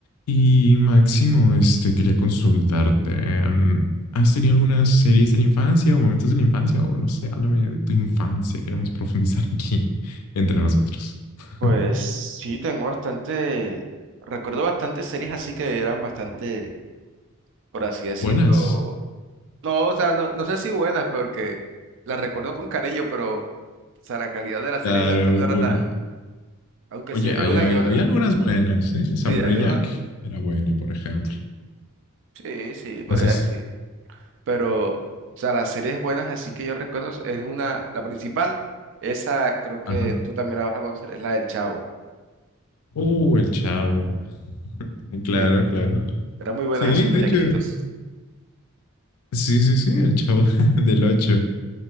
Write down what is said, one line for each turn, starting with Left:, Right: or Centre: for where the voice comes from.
Left: Y Máximo, este, quería consultarte. em, ¿Has tenido algunas series de la infancia o momentos de la infancia? O no sé, háblame de tu infancia. Queremos profundizar aquí entre nosotros. <laughs>
Right: Pues sí, tengo bastante, recuerdo bastantes series así que eran bastante, por así decirlo,
Left: Buenas.
Right: no, o sea, no, no sé si buenas, porque las recuerdo con cariño, pero, o sea, la calidad de las
Left: Claro,
Right: series de antes no era
Left: una.
Right: tan, aunque
Left: Oye,
Right: sí había
Left: hay-
Right: una
Left: hay-
Right: que otra,
Left: había algunas buenas, ¿eh? Samurai
Right: sí, había
Left: Jack
Right: una,
Left: era buena, por ejemplo.
Right: sí, sí, podría
Left: Entonces,
Right: decir, pero, o sea, las series buenas así que yo recuerdo es una, la principal, esa creo que
Left: ajá.
Right: tú también la vas a conocer, es la del Chavo,
Left: Uh, el chavo. <laughs> Claro,
Right: sí,
Left: claro.
Right: eran muy buenos
Left: Sí,
Right: esos muñequitos,
Left: de hecho. Sí, sí, sí, el chavo <laughs> del 8.